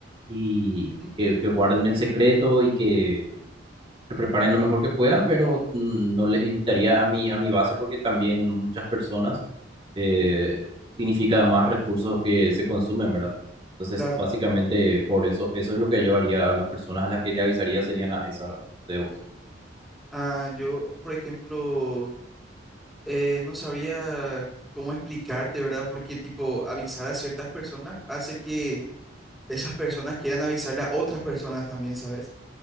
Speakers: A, on the right; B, in the centre.
A: y
B: Ujú,
A: que, que guarden el secreto y que que preparen lo mejor que puedan, pero mm, no les invitaría a mi, a mi base porque también muchas personas eh, significa más recursos que se consumen, ¿verdad? Entonces,
B: claro.
A: básicamente por eso, eso es lo que yo haría a las personas a las que le avisaría serían a esas, ¿verdad? No sé vos.
B: Ah, yo, por ejemplo, eh, no sabría cómo explicarte, ¿verdad? Porque, tipo, avisar a ciertas personas hace que esas personas quieran avisarle a otras personas también, ¿sabes?